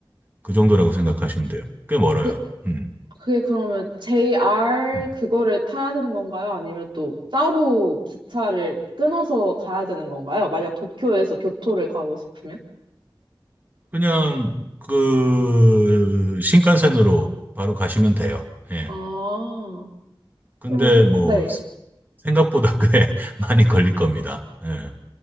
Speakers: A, on the right; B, on the right.
A: 그 정도라고 생각하시면 돼요. 꽤 멀어요.
B: 그
A: 음.
B: 그게 그러면 JR
A: 음.
B: 그거를 타야 되는 건가요? 아니면 또 따로 기차를 끊어서 가야 되는 건가요? 만약 도쿄에서 교토를 가고 싶으면?
A: 그냥 그 신칸센으로 바로 가시면 돼요. 예.
B: 아.
A: 근데
B: 로즈,
A: 뭐
B: 네.
A: 생각보다 <laughs> 꽤 많이 걸릴 겁니다. 예.